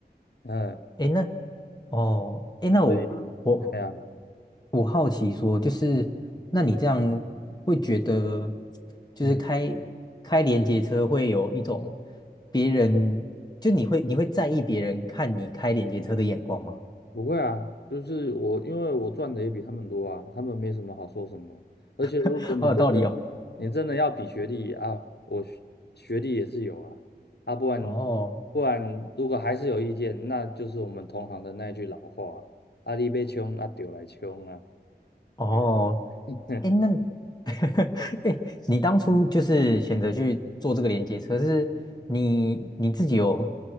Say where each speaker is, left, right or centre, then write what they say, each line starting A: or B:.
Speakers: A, on the left; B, on the left.
A: 嗯，
B: 诶，那，哦，诶，那我我
A: 所以，哎呀，
B: 我好奇说，就是那你这样会觉得，就是开开连接车会有一种
A: 嗯。
B: 别人，就你会你会在意别人看你开连接车的眼光吗？
A: 不会啊，就是我，因为我赚的也比他们多啊，他们没什么好说什么。而且如果你真的，
B: <laughs> 好有道理哦。
A: 你真的要比学历啊，我学学历也是有啊，啊，不然
B: 哦
A: 不然如果还是有意见，那就是我们同行的那一句老话啊，阿力被穷，啊，丢来穷啊，
B: 哦，
A: 哎，<laughs>
B: 诶，那 <laughs> 哎，你当初就是选择去做这个连接车，是你你自己有